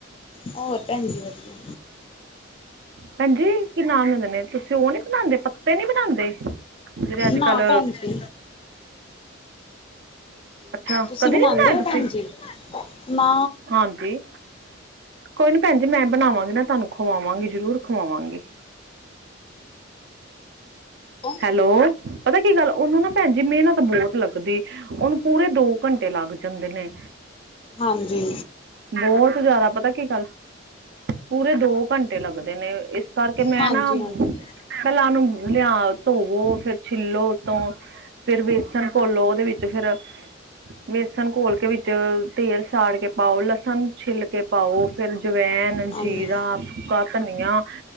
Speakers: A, on the left; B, on the right.
A: ਹੋਰ ਭੈਣ ਜੀ ਵਧੀਆ
B: ਭੈਣਜੀ ਕਿੰਨਾ ਆਨੰਦ ਨੇ ਤੁਸੀਂ ਉਹ ਨੀ ਬਣਾਉਂਦੇ ਪੱਤੇ ਨੀ ਬਣਾਉਂਦੇ ਫਿਰ ਅਜ
A: ਨਾ
B: ਕੱਲ
A: ਭੈਣ ਜੀ
B: ਅੱਛਾ
A: ਤੁਸੀਂ
B: ਕਦੇ
A: ਬਣਾਉਂਦੇ
B: ਨੀ ਬਣਾਏ
A: ਹੋ
B: ਤੁਸੀਂ
A: ਭੈਣ ਜੀ ਨਾ
B: ਹਾਂਜੀ ਕੋਈ ਨੀ ਭੈਣ ਜੀ ਮੈਂ ਬਣਾਵਾਂਗੀ ਨਾ ਤੁਹਾਨੂੰ ਖਵਾਵਾਂਗੀ ਜ਼ਰੂਰ ਖੁਵਾਵਾਂਗੇ
A: ਹੋ
B: ਹੈਲੋ ਪਤਾ ਕੀ ਗੱਲ ਉਹਨੂੰ ਨਾ ਭੈਣ ਜੀ ਮਿਹਨਤ ਬਹੁਤ ਲੱਗਦੀ ਉਹਨੂੰ ਪੂਰੇ ਦੋ ਘੰਟੇ ਲੱਗ ਜਾਂਦੇ ਨੇ
A: ਹਾਂਜੀ
B: ਬਹੁਤ ਜ਼ਿਆਦਾ ਪਤਾ ਕੀ ਗੱਲ ਪੂਰੇ ਦੋ ਘੰਟੇ ਲੱਗਦੇ ਨੇ ਇਸ ਕਰਕੇ ਮੈਂ
A: ਹਾਂਜੀ
B: ਨਾ ਪਹਿਲਾਂਨੂੰ
A: ਹਾਂਜੀ
B: ਲਿਆ ਧੋਵੋ ਫਿਰ ਛਿੱਲੋ ਉਤੋਂ ਫਿਰ ਬੇਸਨ ਘੋਲੋ ਉਹਦੇ ਵਿੱਚ ਫੇਿਰ ਵੇਸਣ ਘੋਲ ਕੇ ਵਿੱਚ ਤੇਲ ਸਾੜ ਕੇ ਪਾਓ ਲਸਣ ਛਿੱਿਲ ਕੇ ਪਾਓ ਫਿਰ ਜਵਾੈਨ
A: ਹਾਂਜੀ ਹਾਂਜੀ
B: ਜੀਰਾ ਸੁੱਕਾ ਧਨੀਆ